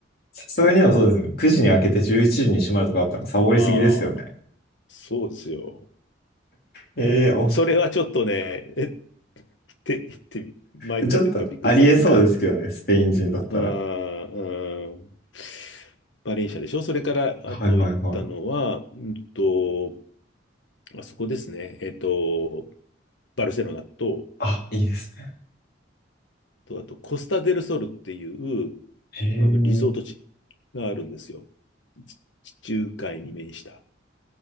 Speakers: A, on the left; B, on the left.
A: さすがにはそうですね。9時に開けて11時に閉まるとかだったらサボりすぎですよね。
B: ああ、そうですよ。
A: ええー、面白
B: それはちょっとね、えって、って、参ったというかびっくりしたっつうか、
A: い。ちょっとありえそうですけどね、スペイン人だったら。
B: うん、うん。バレンシアでしょそれから、あと行ったのは、
A: はいはいはい。
B: うんと、あそこですね。えっと、バルセロナと、
A: あ、いいですね。
B: とあと、コスタデルソルっていう、
A: へえ、
B: あの、リゾート地があるんですよ。地中海に面した。